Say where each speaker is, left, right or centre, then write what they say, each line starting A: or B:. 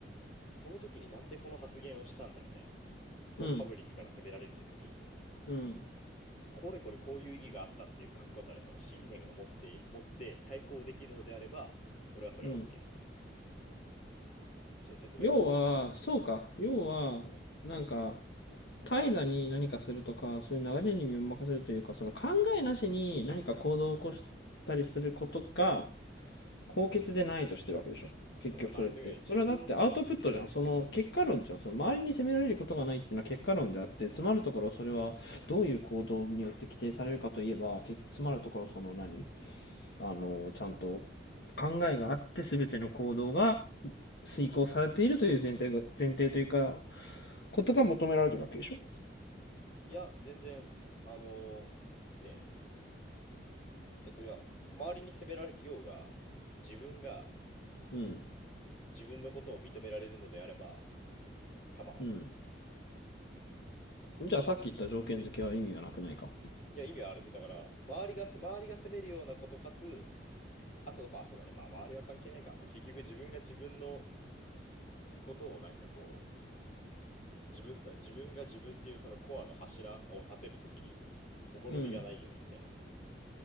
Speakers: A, on the left; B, on the left.
A: この時になんでこの発言をしたんだみたいなこうパブリックから責められる時に
B: うんうん
A: これこれこういう意義があったっていう確固たるその信念を持って持って対抗できるのであれば俺はそれは
B: うん
A: OK なの。ちょっと説明として
B: 要は、そうか。要は、なんか、怠惰に何かするとか、そういう流れに身を任せるというか、その考えなしに何か行動を起こしたりすることが、高潔でないとしてるわけでしょ。結局それって。
A: まあとにかくね自分
B: それはだってアウトプットじゃん。その結果論じゃん。その周りに責められることがないっていうのは結果論であって、詰まるところそれはどういう行動によって規定されるかといえば、詰まるところその何あの、ちゃんと考えがあって全ての行動が遂行されているという前提が、前提というか、ことが求められてるわけでしょ。
A: いや全然あのねえっと、いや、周りに責められてようが、自分が
B: うん。
A: 自分のことを認められるのであれば構わない。
B: うん。じゃあさっき言った条件付けは意味がなくないか。
A: いや、意味はあるんで、だから、周りが、周りが責めるようなことかつ、あ、そう、まあそうだね、まあ周りは関係ないか。まあ結局自分が自分のことをなんかこう、自分、自分が自分っていうそのコアの柱を立てるときに、ほころびがないようにみたいな。
B: うん。